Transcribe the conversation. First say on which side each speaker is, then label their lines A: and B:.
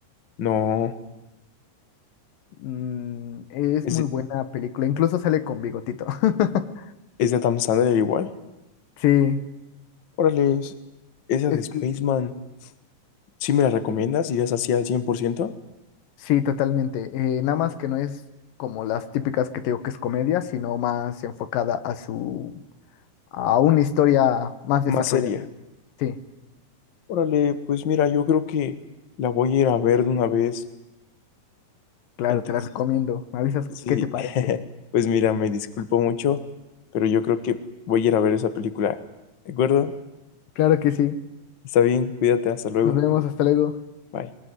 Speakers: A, on the left; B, on the left.
A: No.
B: Mm, es
A: ¿Es,
B: muy
A: de-
B: buena película, incluso sale con bigotito. <laughs>
A: es de Adam Sandler igual?
B: Sí,
A: Órale, es- esa
B: es
A: de Spaceman.
B: que
A: ¿Sí me la recomiendas? ¿Irías así al 100%?
B: sí, totalmente. Eh, nada más que no es como las típicas que te digo que es comedia, sino más enfocada a su a una historia más desarrollada.
A: Más seria.
B: Sí,
A: Órale, pues mira, yo creo que la voy a ir a ver de una vez.
B: claro,
A: Entonces,
B: te la recomiendo. Me avisas
A: sí.
B: qué te parece.
A: <laughs> Pues mira, me disculpo mucho, pero yo creo que voy a ir a ver esa película. ¿De acuerdo?
B: Claro que sí.
A: Está bien, cuídate, hasta luego.
B: Nos vemos, hasta luego.
A: Bye.